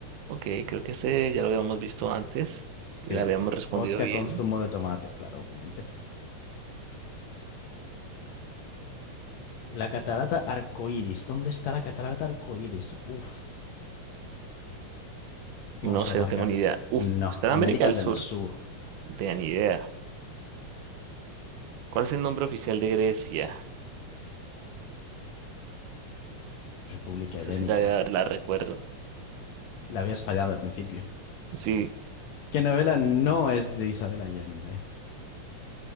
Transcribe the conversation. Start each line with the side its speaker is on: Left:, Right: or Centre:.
Right: Ok, creo que este ya lo habíamos visto antes
Left: Sí.
Right: y la habíamos respondido
Left: Vodka
Right: bien.
Left: con zumo de tomate, claro, obviamente. La catarata arcoíris. ¿Dónde está la catarata arcoíris? Uf. Vamos
Right: No sé,
Left: a marcarle.
Right: no tengo ni idea.
Left: No,
Right: Uf, está
Left: América
Right: en América del
Left: del
Right: Sur.
Left: Sur,
Right: No tenía ni idea. ¿Cuál es el nombre oficial de Grecia?
Left: República
Right: Esta
Left: Helénica.
Right: sí la, la recuerdo.
Left: La habías fallado al principio.
Right: Sí.
Left: ¿Qué novela no es de Isabel Allende?